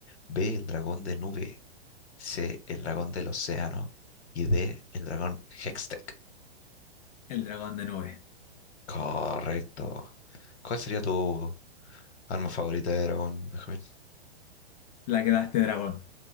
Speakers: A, on the left (about 75°); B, on the left (about 40°).
A: B, el dragón de nube, C, el dragón del océano y D, el dragón Hextech.
B: El dragón de nube.
A: Correcto. ¿Cuál sería tu arma favorita de dragón, Benjamín?
B: La que da este dragón.